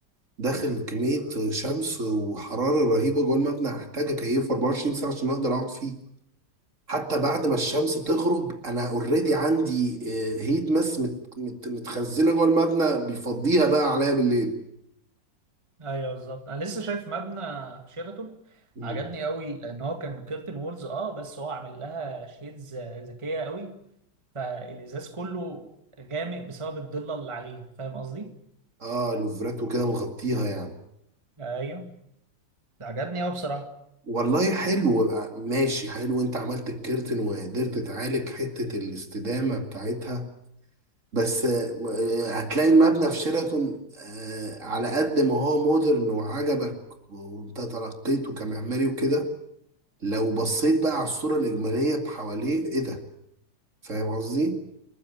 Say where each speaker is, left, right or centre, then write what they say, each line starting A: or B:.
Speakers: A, on the right; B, on the right.
A: داخل كمية شمس وحرارة رهيبة جوه المبنى هحتاج أكيفه 24 ساعة عشان أقدر أقعد فيه حتى
B: مم.
A: بعد ما الشمس تغرب أنا أوريدي عندي آه، هيت ماس مت مت متخزنة جوه المبنى بيفضيها بقى عليا بالليل
B: ايوه بالظبط انا لسه شايف مبنى في شيراتون
A: مم.
B: عجبني قوي لان هو كان كيرتن وولز اه بس هو عامل لها شيدز ذكيه قوي فالازاز كله غامق بسبب الضله اللي عليه فاهم قصدي
A: آه لوفرات وكده مغطيها يعني
B: ايوه ده عجبني قوي بصراحه
A: والله حلو آه، ماشي حلو انت عملت الكيرتن وقدرت تعالج حتة الاستدامة بتاعتها بس آه، آه، هتلاقي المبنى في شيراتون آه، على قد ما هو مودرن وعجبك وانت ترقيته كمعماري وكده لو بصيت بقى على الصورة الإجمالية حواليه ايه ده فاهم قصدي؟